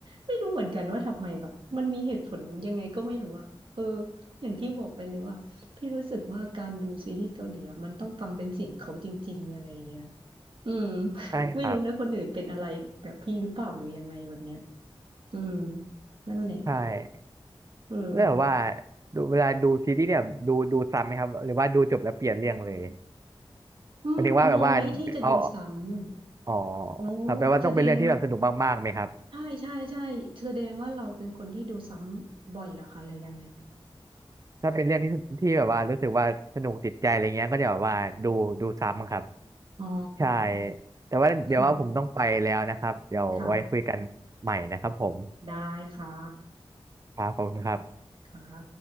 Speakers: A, on the right; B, on the right.
A: ไม่รู้เหมือนกันว่าทำไมแบบมันมีเหตุผลยังไงก็ไม่รู้อะเอออย่างที่บอกไปเลยว่า พี่รู้สึกว่าการดูซีรีส์เกาหลีอะมันต้องฟังเป็นเสียงเขาจริงๆอะไรเงี้ยอืม <laughs>
B: ใช่ครับ
A: ไม่รู้นะคนอื่นเป็นอะไรแบบพี่หรือเปล่าหรือยังไงแบบเนี้ยอืมนั่นแหละ
B: ใช่
A: เออ
B: แล้วแบบว่าดูเวลาดูซีรีส์เนี่ยดูดูซ้ำไหมครับหรือว่าดูจบแล้วเปลี่ยนเรื่องเลย
A: อืมน้อยที่จะดูซ้ำอะ
B: หมายถึงว่าแบบว่าเอา อ๋อ
A: อ๋อ
B: ครับแปลว่าต้องเป็นเรื่องที่แบบสนุกมากๆไหมครับ
A: แสดงใช่ใช่ใช่แสดงว่าเราเป็นคนที่ดูซ้ำบ่อยเหรอคะหรือยังไง
B: ถ้าเป็นเรื่องที่ที่แบบว่ารู้สึกว่าสนุกติดใจอะไรเงี้ยก็จะแบบว่าดูดูซ้ำครับ
A: อ๋อ
B: ใช่แต่ว่าเดี๋ยวว่าผมต้องไปแล้วนะครับเดี๋ยวไว้คุยกันใหม่นะครับผม
A: ค่ะค่ะ ได้ค่ะ
B: ครับขอบคุณครับ
A: ค่ะ